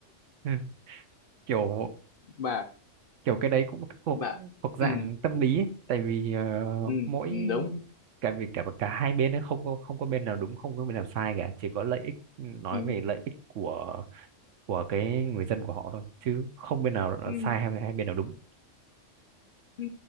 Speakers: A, on the right; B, on the left.
A: Ừ, kiểu
B: mà
A: kiểu cái đấy cũng thuộc
B: Mà
A: thuộc dạng
B: ừ,
A: tâm lý ấy. tại vì ờ,
B: ừ,
A: mỗi
B: ừ, đúng
A: cả vì cả cả hai bên ấy không có không có bên nào đúng không có bên nào sai cả chỉ có lợi ích nói
B: ừ,
A: về lợi ích của của cái người dân của họ thôi chứ không bên nào là
B: ừ,
A: sai hay hay bên nào đúng
B: ừ.